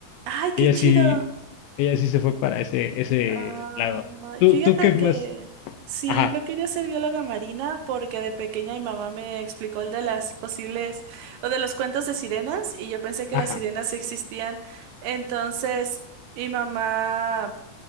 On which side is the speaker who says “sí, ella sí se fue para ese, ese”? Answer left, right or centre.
Left